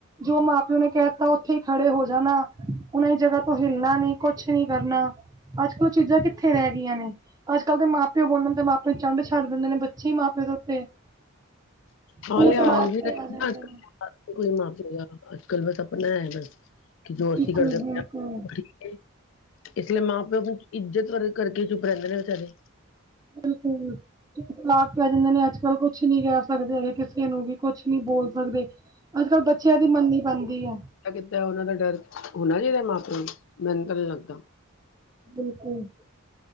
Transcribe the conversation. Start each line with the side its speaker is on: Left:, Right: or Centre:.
Right: ਜੋ ਮਾਂ-ਪਿਓ ਨੇ ਕੈਹਤਾ ਓਥੇ ਈ ਖੜੇ ਹੋ ਜਾਣਾ। ਹੁਣ ਐ ਜਗ੍ਹਾ ਤੋਂ ਹਿੱਲਨਾ ਨੀ, ਕੁਛ ਨੀ ਕਰਨਾ। ਅੱਜ-ਕੱਲ ਓ ਚੀਜਾਂ ਕਿੱਥੇ ਰੈ ਗਿਆਂ ਨੇ ਅੱਜ ਕੱਲ੍ਹ ਦੇ ਮਾਂ-ਪਿਓ ਬੋਲਣ ਤੇ ਮਾਂ ਪਿਓ ਤੇ ਚੰਡ ਛੱਡ ਦਿੰਦੇ ਨੇ ਬੱਚੇ ਹੀ, ਮਾਂ ਪਿਓ ਦੇ ਉੱਤੇ। <inaudible>
Left: ਹਾਂ
Right: ਤੂੰ
Left: ਲਿਆਜ
Right: ਤੜਾਕ ਤੇ
Left: ਵੀ ਨੀਂ
Right: ਆ ਜਾਂਦੇ
Left: ਨਾਂ ਕੋਈ
Right: ਨੇ
Left: ਮਾ-ਪਿਓ ਦਾ, ਅੱਜ-ਕੱਲ ਬਸ ਆਪਨੈ ਹੈਗੈ ਕਿ ਜੋ
Right: ਬਿਲਕੁਲ
Left: ਅਸੀਂ ਕਰਦੇ
Right: ਬਿਲਕੁਲ
Left: ਪਏ ਆਂ ਇਸ ਲਈ ਮਾਂ-ਪਿਓ ਇੱਜਤ ਵਰ ਕਰਕੇ ਚੁੱਪ ਰੈਂਦੇ ਨੇ ਵਿਚਾਰੇ।
Right: ਬਿਲਕੁਲ। ਤਲਾਕ ਪੈ ਜਾਂਦੇ ਨੇ ਅੱਜ-ਕੱਲ ਕੁਛ ਨੀ ਕੈਹ ਸਕਦੇ ਕਿਸੇ ਨੂੰ ਵੀ ਕੁਛ ਨੀ ਬੋਲ ਸਕਦੇ। ਅੱਜ-ਕੱਲ ਬੱਚੇਆਂ ਦੀ ਮੰਨਨੀ ਪੈਂਦੀਐ।
Left: ਕੀਤਾ ਓਨਾਂ ਦਾ ਡਰ ਹੋਣਾ ਚਾਈਦਾ ਮਾਂ-ਪਿਓ ਨੂੰ ਮੈਨੂੰ ਤਾਂ ਨਈਂ ਲੱਗਦਾ।
Right: ਬਿਲਕੁਲ,